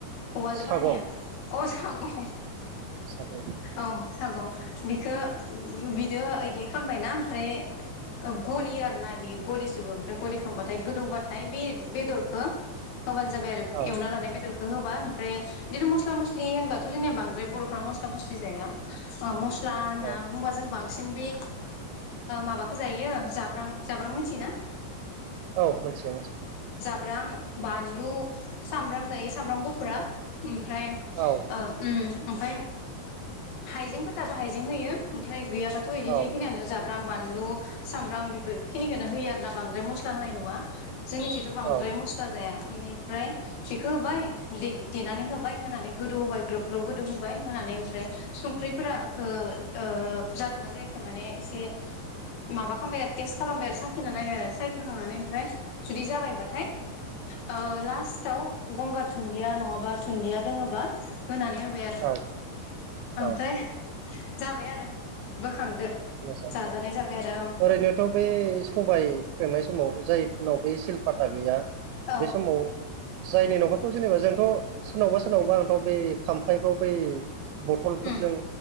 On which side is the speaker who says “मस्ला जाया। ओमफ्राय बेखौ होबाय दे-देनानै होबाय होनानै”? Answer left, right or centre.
Left